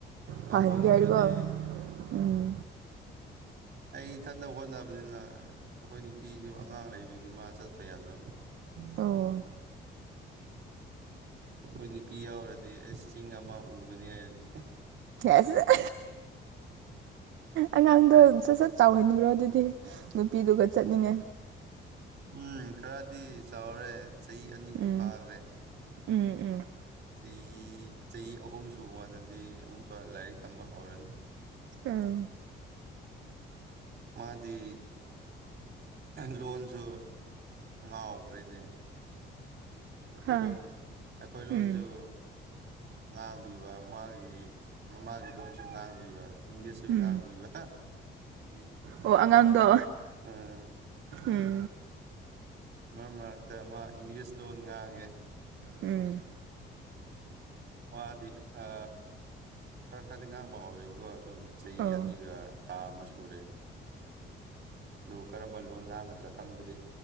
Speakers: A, on the right (about 55°); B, on the right (about 75°).
A: ꯉꯝꯕꯨ
B: ꯐꯍꯟꯒꯌꯥꯥꯏꯔꯀꯣ
A: ꯉꯝꯂꯗꯤ
B: ꯎꯝ
A: ꯑꯩ ꯏꯊꯕ ꯍꯣꯠꯅꯕꯅꯤꯅ ꯑꯩꯈꯣꯏ ꯅꯨꯄꯤꯁꯨ ꯑꯉꯥꯡ ꯂꯩꯕꯒꯤ ꯃꯥ ꯆꯠꯄ ꯌꯥꯗꯕ꯭ꯔꯥ
B: ꯑꯣ
A: ꯑꯩꯈꯣꯏ ꯅꯨꯄꯤ ꯌꯥꯎꯔꯗꯤ ꯑꯩꯁ ꯆꯤꯡ ꯑꯃ ꯎꯒꯅꯤ ꯍꯥꯏꯔꯅꯤ
B: ꯑꯦ ꯁꯠꯠ ꯑꯉꯥꯡꯗꯣ ꯁꯠ ꯁꯠ ꯇꯥꯎꯍꯟꯈ꯭ꯔꯣ ꯑꯗꯨꯗꯤ ꯅꯨꯄꯤꯗꯨꯒ ꯆꯠꯅꯤꯡꯉꯦ
A: ꯎꯝ ꯈꯔꯗꯤ ꯆꯥꯎꯔꯦ ꯆꯍꯤ ꯑꯅꯤꯗꯤ
B: ꯎꯝ
A: ꯐꯥꯈ꯭ꯔꯦ
B: ꯎꯝ ꯎꯝ
A: ꯆꯍꯤ ꯆꯍꯤ ꯑꯍꯨꯝ ꯁꯨꯕ ꯀꯥꯟꯗꯗꯤ ꯑꯃꯨꯛꯀ ꯂꯥꯏꯔꯤꯛ ꯇꯝꯕ ꯍꯧꯔꯅꯤ
B: ꯎꯝ
A: ꯃꯥꯗꯤ ꯂꯣꯟꯁꯨ ꯉꯥꯎꯈ꯭ꯔꯦꯅꯦ ꯑꯩꯈꯣꯏ
B: ꯍꯥ
A: ꯂꯣꯟ ꯑꯩꯈꯣꯏ ꯂꯣꯟꯁꯨ
B: ꯎꯝ
A: ꯉꯥꯡꯕꯤꯕ ꯃꯥꯒꯤ ꯃꯃꯥꯒꯤ ꯂꯣꯟꯁꯨ ꯉꯥꯡꯕꯤꯕ ꯏꯪꯂꯤꯁꯁꯨ
B: ꯎꯝ
A: ꯉꯥꯡꯕꯤꯕ
B: ꯑꯣ ꯑꯉꯥꯡꯗꯣ
A: ꯎꯝ
B: ꯎꯝ
A: ꯃꯔꯛ ꯃꯔꯛꯇ ꯃꯥ ꯏꯪꯂꯤꯁ ꯂꯣꯟ ꯉꯥꯡꯉꯦ
B: ꯎꯝ
A: ꯋꯥꯗꯤ ꯑ ꯈꯔ ꯈꯔꯗꯤ ꯉꯥꯡꯕ ꯍꯧꯦꯕꯀꯣ ꯑꯗꯨꯝ ꯆꯍꯤ
B: ꯑꯣ
A: ꯑꯅꯤꯒ ꯊꯥ ꯑꯃ ꯁꯨꯔꯦ ꯑꯗꯨ ꯀꯔꯝꯕ ꯂꯣꯟ ꯉꯥꯡꯒꯗ꯭ꯔꯥ ꯈꯪꯗ꯭ꯔꯤ